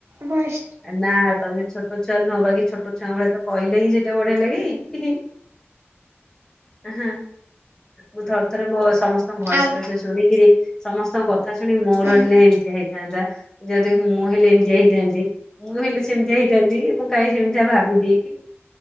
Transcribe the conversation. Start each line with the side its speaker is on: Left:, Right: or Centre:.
Right: ଭଏସ
Left: ନା ତମେ ଛୋଟ ଛୁଆ ନୁହଁ ବାକି ଛୋଟ ଛୁଆ ଙ୍କ ଭଳିଆ ତ କହିଲେ ହିଁ ସେଇଟା ବଢିଆ ଲାଗେ ହିଁ ହିଁ ଉଁ ହୁଁ ଥର ଥରେ ବୋର୍ ସମସ୍ତ୍ ଭଏସ
Right: ଆଉ
Left: ଫଏସ ଶୁଣିକିରି ସମସ୍ତଙ୍କ କଥା ଶୁଣି ମୋର
Right: ହୁଁ
Left: ହେଲେ ଏମିତିଆ ହେଇଥାନ୍ତା ଯିଦି ମୁଁ ହେଲେ ଏମିତିଆ ହେଇଥାନ୍ତି। ମୁଁ ହେଲେ ସେମିତିଆ ହେଇଥାନ୍ତି ମୁ କାଁଇଁ ସେମିତିଆ ଭାବିଦିଏ।